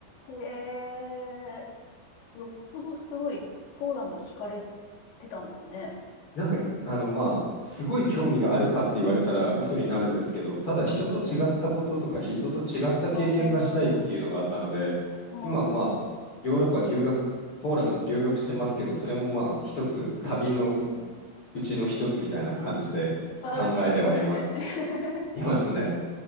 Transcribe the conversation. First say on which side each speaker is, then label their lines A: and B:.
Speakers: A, on the left; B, on the left.
A: へえ、よっぽどすごいポーランドに惹かれてたんですね。
B: なんか、あの、まあ、すごい興味があるかって言われたら嘘になるんですけど、
A: うん、はい、
B: ただ人と違ったこととか人と違った経験がしたいっていうのがあったので、
A: はい。ああ、は
B: 今まあ、ヨーロッパ留学、ポーランドに留学してますけど、それもまあ一つ旅の
A: い。うん、
B: うちの一つみたいな感じで考えてはいま、
A: あ、なんかかっこいいですね。<laughs>
B: いますね。